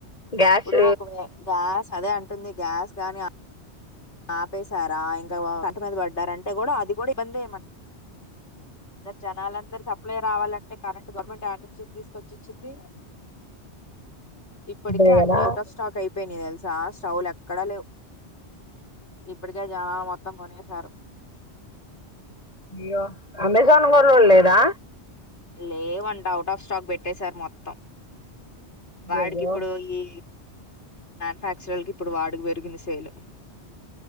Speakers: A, on the left; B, on the left.
A: గ్యాస్
B: ఇప్పుడు ఒకే గ్యాస్ చదే అంటుంది గ్యాస్ కాగాని ఆపేశారా ఇంకా పంట మీద పడ్డారంటే కూడా అది కూడా ఇబ్బందిన జనాాలందరుూ సప్లై రావాలంటే కరెంట్ గవర్నమెంట్ ఆయడి నుంచి తీసుకొచ్చి ఇచ్చింది ఇప్పటిక
A: అంతే కదా
B: అట్ ఆఫ స్టాక్ అయి తెలిసి సా స్టౌలు ఎక్కడ లేవు ఇప్పటికే జానాలు మొత్తం కొనేసారు
A: ఇయో అమెజాన్ కూడాలేదా
B: ఇ లేే వంటవు ట్ ఆఫ్ స్టాక్ పెట్టేసార్ మొత్తం
A: అయ్యయ్యో
B: వాడికి ఇప్పుడు ఈ ఫ్రాక్చరలకి ఇప్పుడు వాడు పెరిగిన శైలు